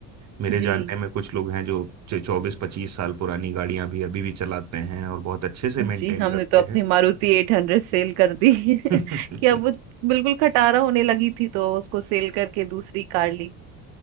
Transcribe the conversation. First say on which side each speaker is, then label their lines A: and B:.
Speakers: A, on the right; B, on the right.
A: मेरे
B: जी
A: जानने में कुछ लोग हैं जो चौबीस पच्चीस साल पुरानी गाड़ियां भी अभी भी चलाते हैं और बहुत अच्छे से
B: जी
A: मेंटेन
B: हमने
A: करते
B: तो अपनी
A: हैं
B: मारुति एट हंड्रेड सेल कर दी <laughs>
A: <laughs>
B: कि अब वो बिल्कुल खटारा होने लगी थी तो उसको सेल करके दूसरी कार ली